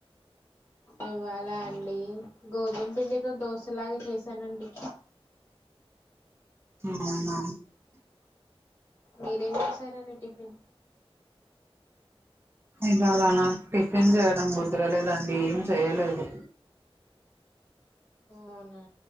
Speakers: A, on the left; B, on the right.
A: ఇవాలా అండి గోధుమ పిండితో దోశలాగ చేశానండి
B: ఆ
A: మీరేం చేసారండి టిఫిన్
B: ఇవాళ నాకు టిఫిన్ చేయడం ముద్రలేదండి ఏం చెయలేదు
A: అవునా